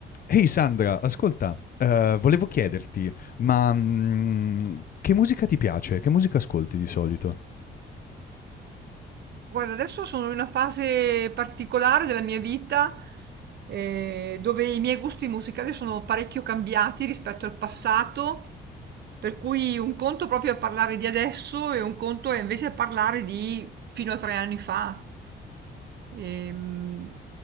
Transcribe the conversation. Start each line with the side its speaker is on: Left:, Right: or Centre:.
Left: Ehi Sandra, ascolta, ehm, volevo chiederti, ma, mhmm, che musica ti piace? Che musica ascolti di solito?
Right: Guarda, adesso sono in una fase particolare della mia vita, eh, dove i miei gusti musicali sono parecchio cambiati rispetto al passato, per cui un conto proprio è parlare di adesso e un conto è invece parlare di fino a tre anni fa. Ehm,